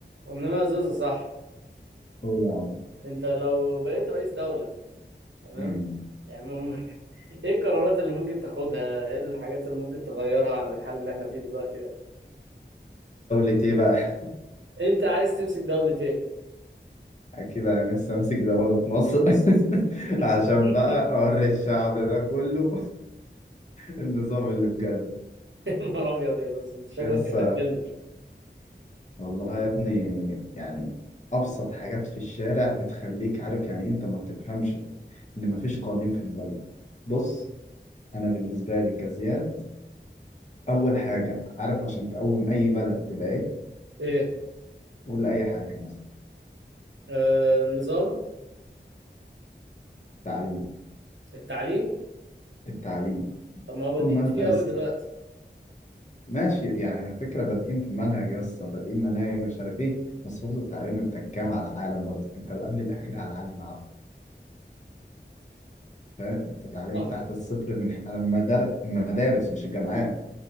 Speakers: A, on the right; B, on the left.
A: وانما زوزو صح
B: هو يا عم
A: انت لو بقيت رئيس دولة تمام
B: مم.
A: يعني مم... <laughs> ايه القرارات اللي ممكن تاخدها ايه الحاجات اللي ممكن تغيرها عن الحال اللي احنا فيه دلوقتي ده
B: دولة ايه بقى؟
A: انت عايز تمسك دولة ايه
B: <laughs> أكيد أنا لسه أمسك دولة مصر <laughs>
A: <laughs>
B: عشان بقى أوري الشعب ده كله النظام اللي بجد
A: يا نهار ابيض يا زوزو انت شكلك
B: يس
A: هتقتلنا
B: والله يا ابني يعني أبسط حاجات في الشارع بتخليك عارف يعني إيه أنت ما بتفهمش إن مفيش قوانين في البلد بص أنا بالنسبة لي كزياد أول حاجة عارف عشان تقوم أي بلد تبقى إيه؟
A: ايه
B: قول أي حاجة مثلا
A: آه... نظام
B: تعليم
A: التعليم
B: التعليم
A: طب ما هو بادئين
B: طول ما أنت
A: فيه
B: يا
A: قوي
B: اسطى
A: دلوقتي
B: ماشي يعني فكرة بادئين في منهج يا اسطى بادئين مناهج مش عارف ايه بس برضه التعليم انت كام على العالم برضه انت قبل الأخير على العالم يا عبد فاهم انت تعليمك
A: فاهم
B: تحت الصفر من انا مدار- المدارس مش الجامعات